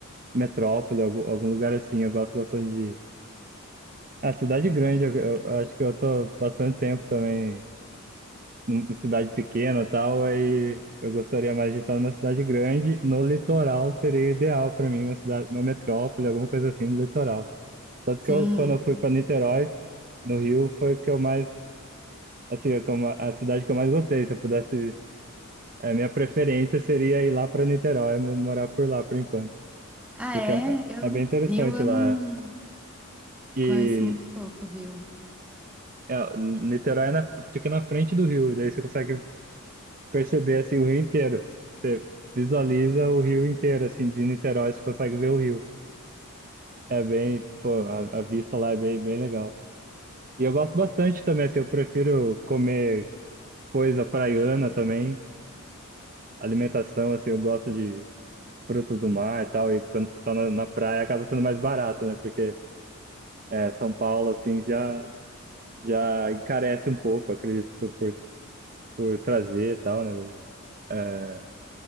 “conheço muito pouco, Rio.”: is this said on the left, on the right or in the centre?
Centre